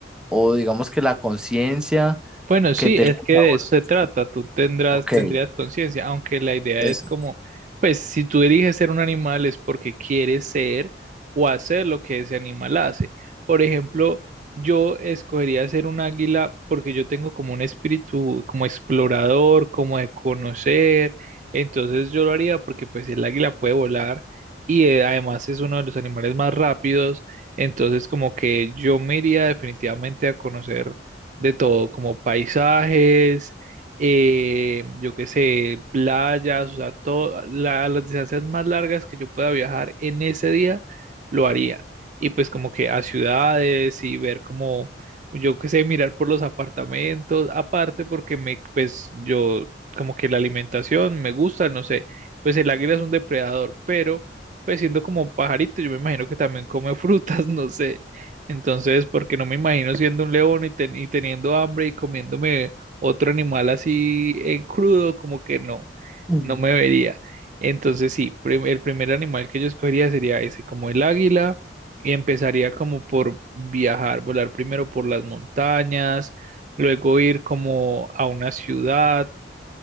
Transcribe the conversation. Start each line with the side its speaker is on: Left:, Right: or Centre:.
Centre: o digamos que la conciencia
Right: Bueno, sí,
Centre: que tenemos
Right: es que de
Centre: ahora.
Right: eso se trata, tú tendrás,
Centre: Ok,
Right: tendrías conciencia, aunque la idea
Centre: eso.
Right: es como, pues si tú eliges ser un animal es porque quieres ser o hacer lo que ese animal hace. Por ejemplo, yo escogería ser un águila porque yo tengo como un espíritu, como explorador, como de conocer, entonces yo lo haría porque pues el águila puede volar y eh, además es uno de los animales más rápidos, entonces como que yo me iría definitivamente a conocer de todo, como paisajes, eh, yo qué sé, playas, o sea, todo, la- las distancias más largas que yo pueda viajar en ese día, lo haría. Y pues como que a ciudades y ver como, yo qué sé, mirar por los apartamentos, aparte porque me, pues yo, como que la alimentación me gusta, no sé, pues el águila es un depredador, pero pues siendo como un pajarito, yo me imagino que también come frutas, <laughs> no sé. Entonces, porque no me imagino siendo un león y, ten- y teniendo hambre y comiéndome otro animal así en crudo, como que no,
Centre: Ujú.
Right: no me vería. Entonces, sí, prim- el primer animal que yo escogería sería ese, como el águila, y empezaría como por viajar, volar primero por las montañas, luego ir como a una ciudad